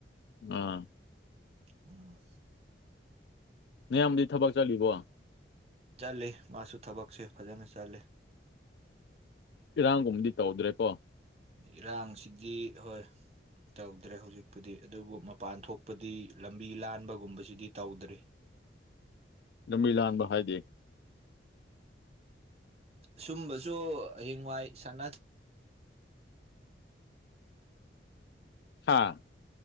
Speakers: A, on the left; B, on the right.
A: ꯎꯝ
B: ꯎꯝ
A: ꯅꯌꯥꯝꯕꯗꯤ ꯊꯕꯛ ꯆꯠꯂꯤꯕꯣ
B: ꯆꯠꯂꯤ ꯃꯥꯁꯨ ꯊꯕꯛꯁꯦ ꯐꯖꯅ ꯆꯠꯂꯤ
A: ꯏꯔꯥꯡꯒꯨꯝꯕꯗꯤ ꯇꯧꯗ꯭ꯔꯦꯀꯣ
B: ꯏꯔꯥꯡꯁꯤꯗꯤ ꯍꯣꯏ ꯇꯧꯗ꯭ꯔꯦ ꯍꯧꯖꯤꯛꯄꯨꯗꯤ ꯑꯗꯨꯕꯨ ꯃꯄꯥꯟ ꯊꯣꯛꯄꯗꯤ ꯂꯝꯕꯤ ꯂꯥꯟꯕꯒꯨꯝꯕꯁꯤꯗꯤ ꯇꯧꯗ꯭ꯔꯤ
A: ꯂꯝꯕꯤ ꯂꯥꯟꯕ ꯍꯥꯏꯗꯤ
B: ꯁꯨꯝꯕꯁꯨ ꯍꯌꯦꯡꯋꯥꯏ ꯁꯥꯅ
A: ꯍꯥꯥ